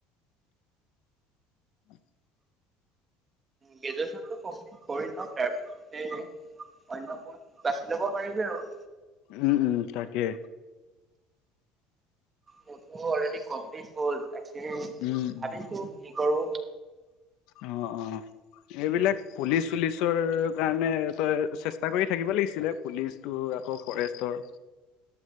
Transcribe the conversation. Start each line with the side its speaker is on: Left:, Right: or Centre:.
Left: <inaudible>
Right: গ্ৰেজুৱেচনটো কমপ্লিট কৰি লওঁ তাৰ পিছতে অন্য প'ষ্ট বাচি ল'ব পাৰিবি আৰু।
Left: উম, উম, তাকে।
Right: মোৰতো অলৰেডি ক'মপ্লিত হ'ল এ কে
Left: উম উম।
Right: ভাবিছো কি কৰো।
Left: অহ, অহ, এইবিলাক পুলিচ চুলিচৰ কাৰণে তই চেষ্টা কৰি থাকিব লাগিছিলে। পুলিচটো আকৌ ফৰেষ্টৰ